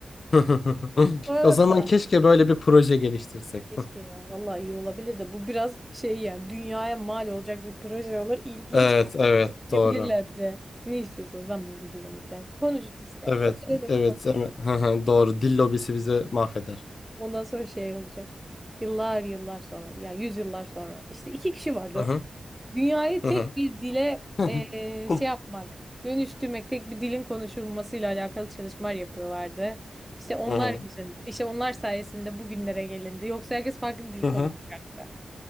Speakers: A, on the left; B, in the centre.
A: <laughs>
B: <laughs> Bu arada
A: O zaman keşke böyle bir proje geliştirsek.
B: keşke
A: <laughs>
B: ya vallahi iyi olabilir de bu biraz şey yani dünyaya mal olacak bir proje olur. İlginç
A: Evet, evet,
B: diyebilirler
A: doğru.
B: bize. Ne istiyorsunuz lan bizim dilimizden? Konuşun işte.
A: Evet,
B: Öğrenin
A: evet, evet. evet. Hı hı, Doğru. Dil lobisi bizi mahveder.
B: Ondan sonra şey olacak. Yıllar yıllar sonra ya yüzyıllar sonra işte iki kişi vardı.
A: Hı hı,
B: Dünyayı
A: hı
B: tek bir dile
A: hı.
B: eee,
A: <laughs>
B: şey yapmak, dönüştürmek, tek bir dilin konuşulmasıyla alakalı çalışmalar yapıyorlardı. İşte onlar
A: Hı hı.
B: yüzün, işte onlar sayesinde bugünlere gelindi. Yoksa herkes farklı dil
A: Hı
B: konuşacaktı.
A: hı.